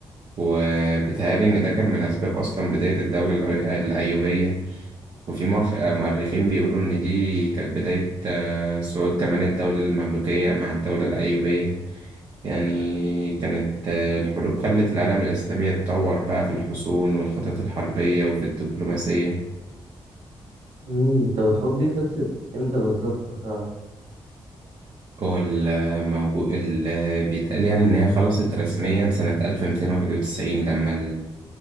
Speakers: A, on the right (about 45°); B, on the right (about 85°).
A: وبيتهيألي إن ده كان من أسباب أصلا بداية الدولة الأ- الأيوبية وفي مؤخ- آه، مؤرخين بيقولوا إن دي كانت بداية آه، صعود كمان الدولة المملوكية مع الدولة الأيوبية يعني كانت آه، الحروب خلت العالم الإسلامي يتطور بقى في الحصون والخطط الحربية وفي الدبلوماسية
B: امم طب الحروب دي خلصت امتى بالظبط لو تعرف
A: هو الموجود اللي بيتقال يعني إن هي خلصت رسميا سنة 1291 لما